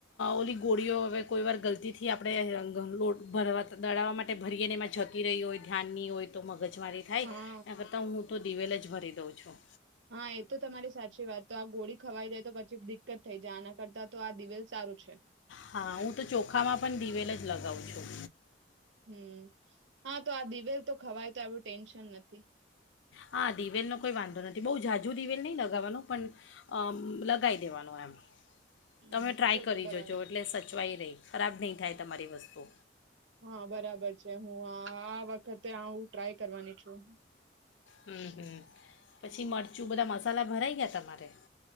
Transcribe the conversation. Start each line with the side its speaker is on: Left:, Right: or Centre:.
Left: ઓલી ગોળીઓ હવે કોઈવાર ગલતીથી આપણે લોટ ભરવા દડાવવા માટે ભરીએને એમાં જતી રહી હોય ધ્યાનની હોય તો મગજ મારી થાય
Right: હા
Left: એના કરતાં હુ તો દિવેલ જ ભરી દઉં છું.
Right: હા એ તો તમારી સાચી વાત તો આ ગોળી ખવાઈ દે તો પછી ડી કટ થઈ જાય આના કરતા તો આ દિવેલ સારું છે.
Left: હા હું તો ચોખામાં પણ દિવેલ જ લગાવું છું.
Right: હમ. હા તો આ દિવેલ તો ખવાય તો આવું ટેન્શન નથી.
Left: હા દિવેલનો કોઈ વાંધો નથી બહુ જાઝજુ દિવેલ નહીં લગાવવાનું પણ લગાવી દેવાનો એમ
Right: હમ,
Left: તમે ટ્રાય
Right: તો
Left: કરી
Right: તો બરાબર
Left: જોજો એટલે સચવાઈ રહી ખરાબ નહીં થાય તમારી વસ્તુ.
Right: હા બરાબર છે હું આ આ વખતે આ હુ ટ્રાય કરવાની છું.
Left: હમ હમ પછી મરચું બધા મસાલા ભરાઈ ગયા તમારે?